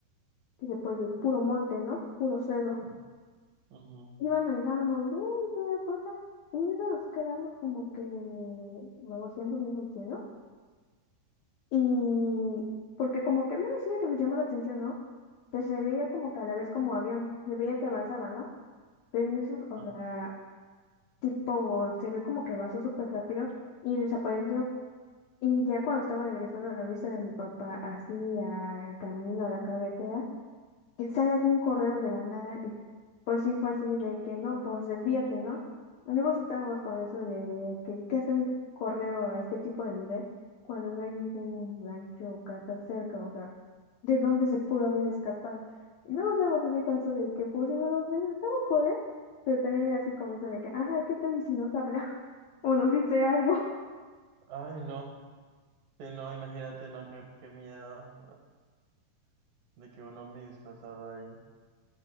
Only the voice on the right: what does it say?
ujú, ujú.
Ah,
Ay, no. Sí, no, imagínate, no, qué, qué miedo <laughs> de que un ovni disfrazado ahí.